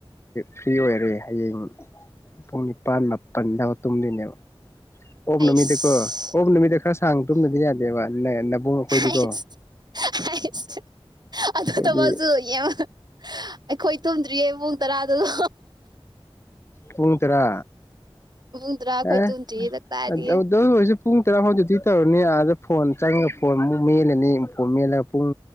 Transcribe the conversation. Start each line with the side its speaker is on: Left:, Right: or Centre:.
Left: ꯐ꯭ꯔꯤ ꯑꯣꯏꯔꯦ ꯍꯌꯦꯡ ꯄꯨꯡ ꯅꯤꯄꯥꯜ ꯃꯥꯄꯜꯗꯥꯎ ꯇꯨꯝꯗꯣꯏꯅꯦꯕ ꯑꯣꯝ
Right: ꯑꯩꯁ
Left: ꯅꯨꯃꯤꯠꯇꯀꯣ ꯑꯣꯝ ꯅꯨꯃꯤꯠꯇ ꯈꯔ ꯁꯥꯡ ꯇꯨꯝꯗꯗꯤ ꯌꯥꯗꯦꯕ ꯅꯕꯨꯡ ꯑꯩꯈꯣꯏꯗꯤꯀꯣ
Right: ꯑꯩꯁ ꯑꯩꯁ ꯑꯗꯨ
Left: ꯍꯥꯏꯗꯤ
Right: ꯊꯕꯛꯁꯨ ꯌꯥꯝ ꯑꯩꯈꯣꯏ ꯇꯨꯝꯗ꯭ꯔꯤꯌꯦ ꯏꯕꯨꯡ ꯇꯔꯥꯗꯨꯗꯣ
Left: ꯄꯨꯡꯉ ꯇꯔꯥ
Right: ꯃꯨꯡꯗ꯭ꯔꯥ ꯑꯩꯈꯣꯏ
Left: ꯑꯦ
Right: ꯇꯨꯗ꯭ꯔꯤ ꯍꯤꯗꯛ ꯇꯥꯔꯗꯤ
Left: ꯑꯗꯨ ꯑꯣꯏꯔꯁꯨ ꯄꯨꯡ ꯇꯔꯥ ꯐꯥꯎꯗꯤ ꯇꯧꯔꯅꯤ ꯑꯥꯗ ꯐꯣꯟ ꯆꯪꯉ ꯐꯣꯟ ꯑꯃꯨꯛ ꯃꯦꯜꯂꯅꯤ ꯐꯣꯟ ꯃꯦꯜꯂꯒ ꯄꯨꯡ